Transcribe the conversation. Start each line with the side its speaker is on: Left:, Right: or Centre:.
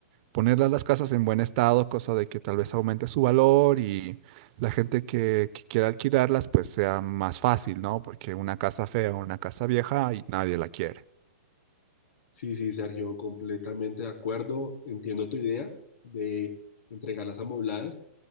Right: ponerlas las casas en buen estado, cosa de que tal vez aumente su valor y la gente que, que quiera alquilarlas, pues sea más fácil, ¿no? Porque una casa fea, una casa vieja y nadie la quiere.
Left: Sí, sí, Sergio, completamente de acuerdo. Entiendo tu idea de entregar las amobladas.